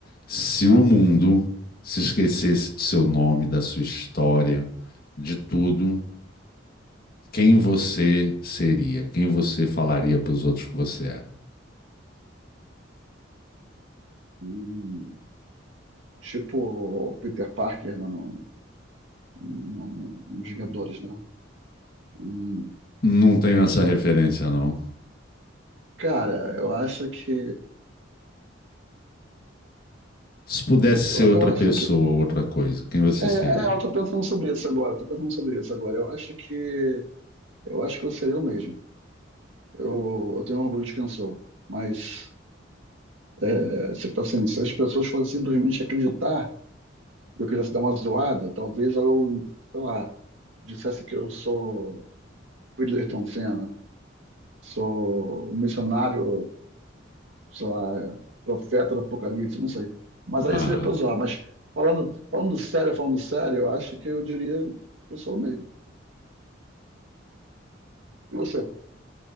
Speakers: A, on the left; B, on the right.
A: Se o mundo se esquecesse do seu nome, da sua história, de tudo, quem você seria? Quem você falaria pros outros que você é?
B: Hum, Tipo o Peter Parker né, no, no, no- no- nos Vingadores, né? hum.
A: Não tenho essa referência, não.
B: Cara, eu acho que.
A: Se pudesse
B: Eu,
A: ser outra
B: eu acho
A: pessoa,
B: que.
A: outra coisa, quem você
B: É,
A: seria?
B: é, eu tô pensando sobre isso agora. eu Tô pensando sobre isso agora. Eu acho que. Eu acho que eu seria eu mesmo. Eu, eu tenho orgulho de quem eu sou. Mas, é, tipo assim, se as pessoas fossem simplesmente acreditar. eu quisesse dar uma zoada, talvez eu, sei lá, dissesse que eu sou Whittleston Senna, sou um missionário, sei lá, profeta do Apocalipse, não sei. Mas aí
A: Ah,
B: seria para zoar. Mas falando, falando sério, falando sério, eu acho que eu diria que eu sou o mesmo. E você?